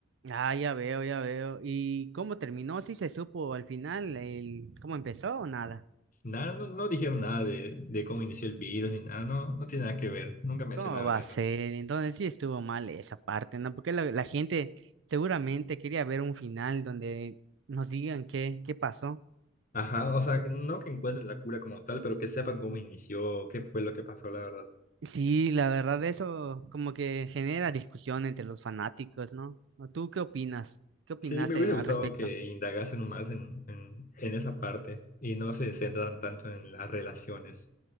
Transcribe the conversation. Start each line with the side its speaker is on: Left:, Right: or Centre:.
Right: Ah, ya veo, ya veo. ¿Y cómo terminó? ¿Sí se supo al final el cómo empezó o nada?
Left: Nada, no, no dijeron nada de, de cómo inició el virus ni nada, no, no tiene nada que ver, nunca mencionaron
Right: ¿Cómo va a
Left: eso.
Right: ser? Entonces sí estuvo mal esa parte, ¿no? Porque la, la gente seguramente quería ver un final donde nos digan qué, qué pasó.
Left: Ajá, o sea, no que encuentren la cura como tal, pero que sepan cómo inició, qué fue lo que pasó, la verdad.
Right: Sí, la verdad eso como que genera discusión entre los fanáticos, ¿no? ¿O ¿Tú qué opinas? ¿Qué opinaste
Left: Sí, me hubiese
Right: al
Left: gustado
Right: respecto?
Left: que indagasen más en, en, en esa parte y no se centran tanto en las relaciones.